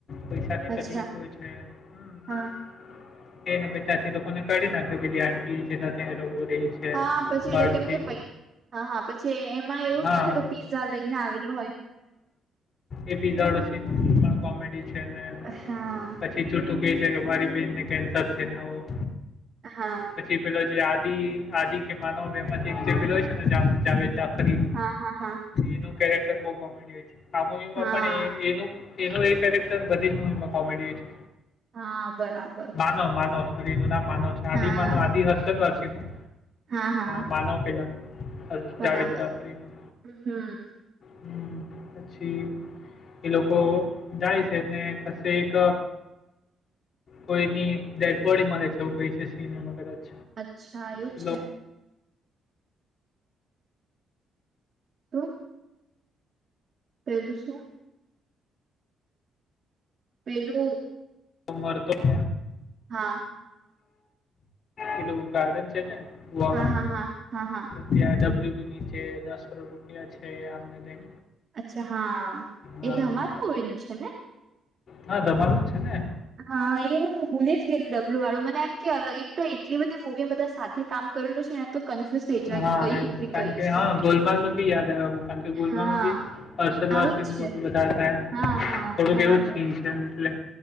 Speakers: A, on the left (about 55°); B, on the right (about 50°).
A: પૈસાની
B: અચ્છા
A: તકલીફ હોય છે. હમ્મ.
B: હા
A: એને પ ત્યાંથી લોકોને કાઢ નાખે પે આંટી જેના ત્યાં એલોકો રેય છે.
B: હા પછી
A: ભાડુંથી
B: એ લોકો કેમ કે પ હા હા પછી એમાં એવું
A: હા
B: ને પેલો પીઝા લઈને આવેલો હોય.
A: એડ પણ કોમેડી છે ને.
B: હા.
A: પછી છૂઠું કે છે કે મારી બેનને કેન્સર છે ને આવું
B: હા
A: પછી પેલા જે આદિ આદિ કે માનવ એમાંથી એકલો છે ને ફરી
B: હા હા હા.
A: એનું કેરેક્ટર બહ કોમેડી હોય છે આ મુવીમાં
B: હા
A: પણ એનું એનો એ કેરેક્ટર બધી જ મુવીમાં કોમેડી છે.
B: હા બરાબર.
A: મા માનવરી નું નામ માનવ છે આદિ
B: હા
A: માનવ આદિ હર્ષક હર્ષિ નું
B: હા હા
A: માનવ પેલા
B: બરાબર
A: જાવદ જાફરી નુ.
B: હમ
A: હમ્મ પછી એ લોકો જાય છે કસે એક કોઈની ડેડ બોડી મારે છે એવું કઈ છે સિનમાં કદાચ.
B: અચ્છા એવું
A: પેલો
B: છે. શું? કેવ છો. પેલું
A: તો મરતો હ.
B: હા.
A: પેલું ગાર્ડન છે ગોવામાં
B: હા હા હા હા હા
A: ત્યાં ડબ્લ્યૂ ને નીચે દસ કરોડ રૂપિયા છે આમને તેમ
B: અચ્છા હા
A: હા
B: એ ધમાલ મુવી નું છે ને.
A: હા ધમાલ નુ છે ને.
B: હા એ હ ભૂલી જ ગય ડબલુ વાળું મને એમ કે એક એટલી બધી મૂવી બધા સાથે કામ કરેલું છે ને તો. કન્ફ્યુઝ થઈ જવાય
A: હા
B: કે કઈ
A: એમ
B: મૂવી
A: કારણ
B: કઈ
A: કે
B: છે
A: હા ગોલમાલ નું બી યાદ આવું કારણ કે ગોલમાલમાં
B: હા
A: બી હર્ષદ
B: આવું
A: વારસી
B: જ છે
A: લોકો બા થાય એમ
B: હા હા
A: થોડુંક
B: બરાબર
A: એવું જ સીન છે એમ એટલે.